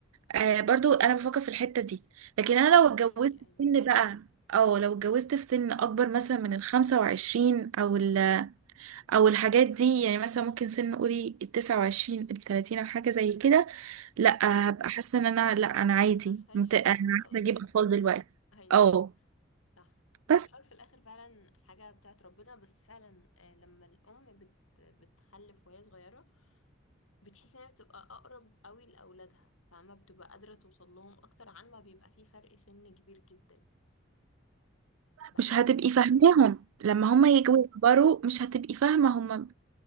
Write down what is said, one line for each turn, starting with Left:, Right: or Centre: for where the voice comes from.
Right: آه برضو أنا بفكر في الحتة دي لكن
Left: انا
Right: أنا
Left: فاهماكي
Right: لو اتجوزت
Left: ايوه
Right: في سن بقى أو لو اتجوزت في سن أكبر مثلا من الخمسة وعشرين أو ال أو الحاجات دي يعني مثلا ممكن سن قولي التسعة وعشرين التلاتين أو حاجة زي كده لأ
Left: مم.
Right: هبقى حاسة إن أنا لأ أنا عادي
Left: ما فيهاش
Right: مت...
Left: تأجيل
Right: أنا عايزة
Left: خلاص
Right: أجيب أطفال
Left: <laughs>
Right: دلوقتي
Left: ايوه
Right: أه
Left: صح هو
Right: بس
Left: في الأول في الآخر فعلا حاجة بتاعت ربنا بس فعلا آه، لما الأم بت بتخلف وهي صغيرة بتحس إن هي بتبقى أقرب قوي لأولادها فما بتبقى قادرة توصل لهم أكتر عن ما بيبقى فيه فرق سن كبير جدا بحس
Right: مش هتبقي
Left: كده
Right: فاهماهم لما
Left: أمم.
Right: هما يجوا يكبروا مش هتبقي فاهمة هما